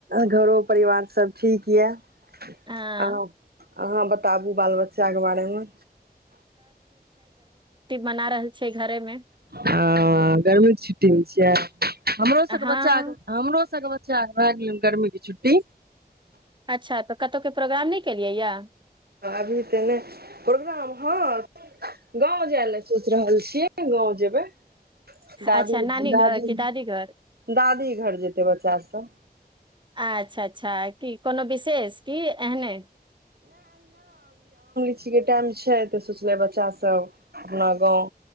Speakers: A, on the right; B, on the right.
A: घरो परिवार सब ठीक यए अह
B: हँ
A: अहाँ बताबु बाल बच्चा बच्चाके बारेमे
B: बना रहल छै घरे मे
A: ह गरम के छुट्टीमे छियै हमरो सबके
B: हँ
A: बच्चा हमरो सबके बच्चा चार भ गेल गेल गर्मीे छु्टी
B: अच्छा तऽ कतहुके प्रोग्राम नहि केलियै यए
A: अभी तऽ नहि प्रोग्राम हँ गाँंव जाय ले सोच रहल छीियै गाँव जेबै दादी
B: अच्छा नानी घर
A: दादी
B: कि घर
A: दादी घर जेतै बच्चा सब
B: अच्छा अच्छा क कोनो विशेष की एहने
A: अ्षीक के टाइम छै तऽ सोचले बच्चा सब अपना गाँव